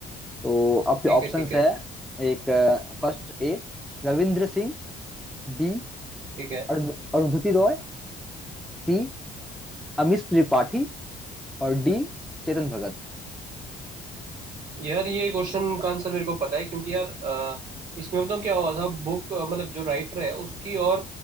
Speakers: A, in the centre; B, on the right.
A: तो आपके
B: ठीक
A: ऑप्शंस
B: है ठीक है
A: है एक first A Ravinder Singh B
B: ठीक है
A: Arun- Arundhati Roy C Amish Tripathi और डी चेतन भगत
B: यार ये क्वेश्चन का आंसर मेरे को पता है क्योंकि यार अ, इसमें बताऊँ क्या हुआ था बुक मतलब जो राइटर है उसकी और